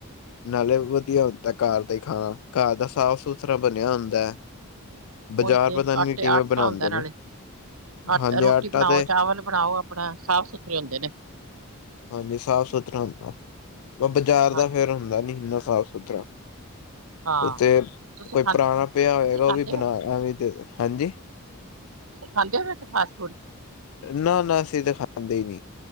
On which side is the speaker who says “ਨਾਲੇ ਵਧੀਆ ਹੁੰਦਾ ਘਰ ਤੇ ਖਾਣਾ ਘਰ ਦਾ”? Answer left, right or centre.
Left